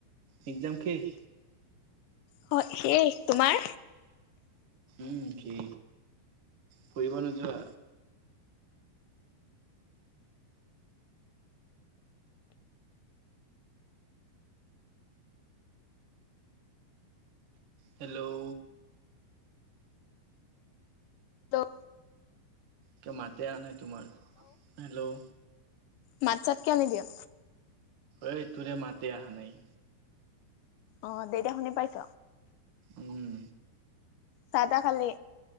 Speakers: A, on the right; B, on the left.
A: এক্সাম শেষ।
B: হয় সেই। তোমাৰ
A: উম, কি? ফুৰিব নুযোৱা? হেল্ল',
B: দ <unintelligible>
A: কে মাতে অ' নাই তোমাৰ হেল্ল',
B: মাত চাত কিয় নিদিয়?
A: ঐ তুৰে মাতে আহানাই।
B: অ' দে দেয়া শুনি পাইছ?
A: উম,
B: চাহ-তাহ খালি?